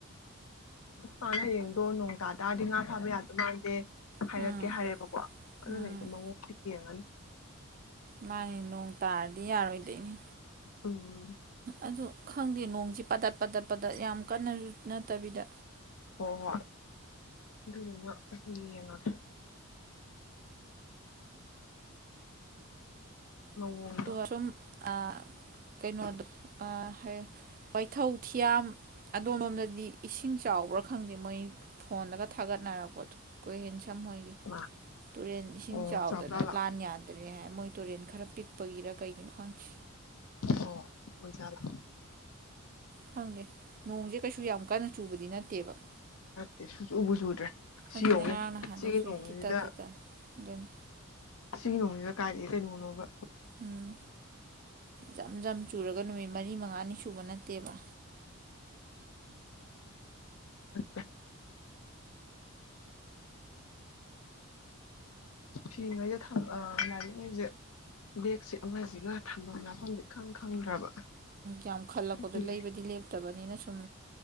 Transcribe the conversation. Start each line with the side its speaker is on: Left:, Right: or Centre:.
Left: ꯃꯥꯅ ꯍꯌꯦꯡꯗꯣ ꯅꯣꯡ ꯇꯥ ꯇꯥꯔꯗꯤ ꯉꯥ ꯐꯥꯕ ꯌꯥꯗꯣꯏ ꯃꯥꯟꯗꯦ ꯍꯥꯏꯔꯛꯀꯦ
Right: ꯎꯝ
Left: ꯍꯥꯏꯌꯦꯕꯀꯣ ꯑꯗꯨꯅ
Right: ꯎꯝ
Left: ꯑꯩꯁꯦ ꯃꯉꯣꯗꯤ ꯌꯦꯡꯉꯅꯤ꯫
Right: ꯃꯥꯅꯤ ꯅꯣꯡ ꯇꯥ ꯌꯥꯔꯣꯏꯗ ꯏꯉꯦ
Left: ꯎꯝ
Right: ꯑꯗꯨ ꯈꯪꯗꯦ ꯅꯣꯡꯖꯤ ꯄꯗꯠ ꯄꯗꯠ ꯄꯗꯠ ꯌꯥꯝ ꯀꯟꯅꯖꯨ ꯅꯠꯇꯕꯤꯗ꯫
Left: ꯍꯣ-ꯍꯣꯏ ꯑꯗꯨꯗꯨꯅ ꯌꯦꯡꯉꯒꯦ꯫
Right: <unintelligible>
Left: ꯃꯑꯣꯡꯗꯣ
Right: ꯁꯨꯝ ꯑ ꯀꯩꯅꯣꯗ ꯑ ꯍꯥꯏꯌꯦ ꯋꯥꯏꯊꯧ, ꯊꯤꯌꯥꯝ ꯑꯗꯣꯝꯂꯣꯝꯗꯗꯤ ꯏꯁꯤꯡ ꯆꯥꯎꯕ꯭ꯔꯥ ꯈꯪꯗꯦ, ꯃꯣꯏ ꯐꯣꯟꯗꯒ ꯊꯥꯒꯠꯅꯔꯛꯄꯗꯣ ꯀꯣꯏꯍꯦꯟ ꯁꯝꯍꯣꯏꯒꯤ,
Left: ꯃꯥ
Right: ꯇꯨꯔꯦꯟ ꯏꯁꯤꯡ
Left: ꯑꯣ
Right: ꯆꯥꯎꯗꯅ
Left: ꯆꯥꯎꯖꯥꯠꯂꯥ
Right: ꯂꯥꯟ ꯌꯥꯟꯗ꯭ꯔꯦ ꯍꯥꯏ ꯃꯣꯏ ꯇꯨꯔꯦꯟ ꯈꯔ ꯄꯤꯛ ꯄꯒꯤꯔ ꯀꯩꯒꯤꯅꯣ ꯈꯪꯗꯦ꯫
Left: ꯑꯣ ꯑꯣꯏꯖꯥꯂꯥ꯫
Right: ꯈꯪꯗꯦ ꯅꯣꯡꯁꯦ ꯀꯩꯁꯨ ꯌꯥꯝ ꯀꯟꯅ ꯆꯨꯕꯗꯤ ꯅꯠꯇꯦ <unintelligible>
Left: ꯅꯠꯇꯦ ꯁꯨꯆꯨꯕꯨ ꯆꯨꯗ꯭ꯔꯦ ꯁꯤ
Right: ꯑꯗꯨꯅꯦ
Left: ꯌꯦꯡꯎꯅꯦ
Right: ꯉꯔꯥꯡ ꯅꯍꯥꯟꯗꯩ
Left: ꯁꯤꯒꯤ
Right: ꯆꯨꯏ
Left: ꯅꯣꯡꯁꯤꯗ꯫
Right: ꯇꯤꯇꯥ ꯇꯤꯇꯥ ꯑꯗꯨꯅꯤ
Left: ꯁꯤꯒꯤ ꯅꯣꯡꯁꯤꯗ ꯀꯥꯏꯔꯤ ꯀꯩꯅꯣꯅꯣꯕ
Right: ꯎꯝ ꯖꯝ ꯖꯝ ꯆꯨꯔꯒ ꯅꯨꯃꯤꯠ ꯃꯔꯤ ꯃꯉꯥꯅꯤ ꯁꯨꯕ ꯅꯠꯇꯦꯕ
Left: ꯑ ꯐꯤꯉꯩꯁꯦ ꯂꯥꯏꯔꯤꯉꯩꯁꯦ ꯕꯦꯦꯛꯁꯦ ꯑꯃꯁꯤꯒ ꯊꯝꯐꯝ ꯃꯐꯝꯁꯦ ꯈꯪ ꯈꯪꯗ꯭ꯔꯕ
Right: ꯌꯥꯝ ꯈꯜꯂꯛꯄꯗꯣ
Left: ꯑꯗꯨꯒꯤ
Right: ꯂꯩꯕꯗꯤ ꯂꯦꯞꯇꯕꯅꯤꯅ ꯁꯨꯝ